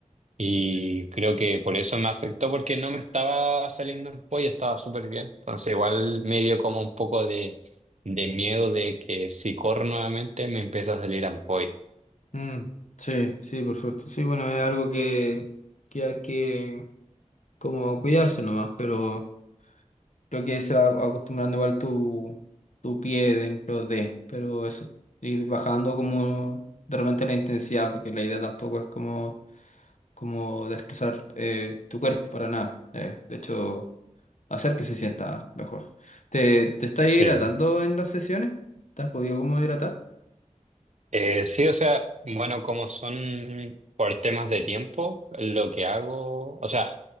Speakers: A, on the right; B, on the left.
A: Y creo que por eso me afectó, porque no me estaba saliendo en pollo, estaba súper bien. Entonces igual me dio como un poco de, de miedo de que si corro nuevamente me empieza a salir ampolla.
B: Mm, sí, sí, por supuesto. Sí, bueno, es algo que, que hay que como cuidarse nomás, pero... Creo que se va acostumbrando igual tu, tu pie dentro de, pero eso, ir bajando como de repente la intensidad, porque la idea tampoco es como, como destrozar eh, tu cuerpo para nada. Eh, de hecho, hacer que se sienta mejor. ¿Te, te estás
A: Sí.
B: hidratando en las sesiones? ¿Te has podido como hidratar?
A: Eh, sí, o sea, bueno, como son por temas de tiempo, lo que hago, o sea,